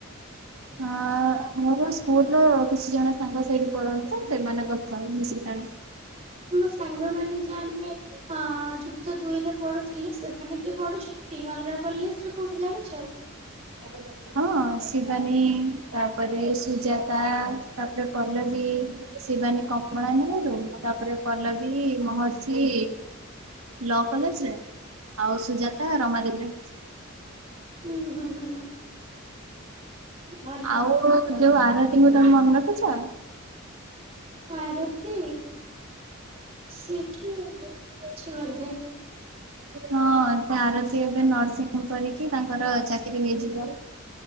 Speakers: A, on the right (about 30°); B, on the right (about 80°).
A: <inaudible>
B: ଅ ମୋର ସ୍କୁଲର କିଛି ଜଣ ସାଙ୍ଗ ସେଇଠି ପଢନ୍ତି ତ ସେମାନଙ୍କ ସହ ମିଶିକି
A: ମମ ସାଙ୍ଗମାନେ ଯା ଆମେ ଅ ଯୁକ୍ତ ଦୁଇରେ ପଢୁଥିଲେ। ସେମାନେ କିଏ ପଢୁଛନ୍ତି ଅଲଗା କଲେଜରେ କୋଉଠି ଜାଣିଛ?
B: <inaudible> ହଁ ଶିବାନୀ ତାପରେ ସୁଜାତା ତାପରେ ପଲ୍ଲବୀ। ଶିବାନୀ କମଳା ନିରୁ ତାପରେ ପଲ୍ଲବୀ ମହର୍ଷି। ଲ କଲେଜରେ ଆଉ ସୁଜାତା ରମାଦେବୀରେ।
A: ହୁଁ ହୁଁ ହୁଁ ଭଲ
B: ଆଉ ଯୋଉ ଆର ରାତିଙ୍କୁ ତମେ ମନେ ରଖିଛ?
A: ଆରତୀ ସିଏ କି ବୁଲି ଯାଇଛି ବୋଧେ?
B: ହଁ ସେ ଆରତୀ ଏବେ ନର୍ସିଂ କରିକି ତାଙ୍କର ଚାକିରି ହେଇଯିବ।